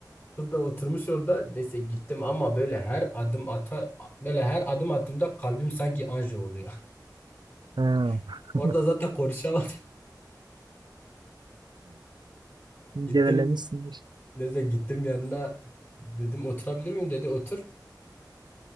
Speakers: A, on the left; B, on the right.
A: Kız da oturmuş orada. Neyse gittim ama böyle her adım atar böyle her adım attığımda kalbim sanki anji oluyor.
B: Ha.
A: <laughs>
B: <laughs>
A: Orada zaten konuşamadım. <laughs> Gittim.
B: Gevelemişsindir.
A: Neyse gittim yanına. Dedim oturabilir miyim? Dedi otur.